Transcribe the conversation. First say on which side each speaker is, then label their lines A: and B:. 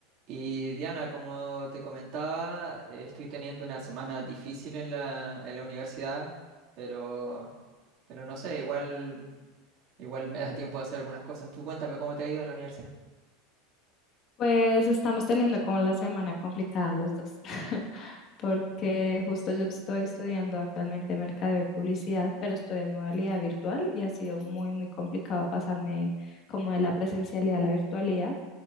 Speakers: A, on the right (about 50°); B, on the left (about 40°).
A: Y Diana, como te comentaba, eh, estoy teniendo una semana difícil en la, en la universidad, pero, pero no sé, igual, igual me da tiempo de hacer algunas cosas. Tú cuéntame cómo te ha ido en la universidad.
B: Pues estamos teniendo como la semana complicada los dos, <laughs> porque justo yo estoy estudiando actualmente mercadeo y publicidad, pero estoy en modalidad virtual y ha sido muy, muy complicado pasarme como de la presencialidad a la virtualidad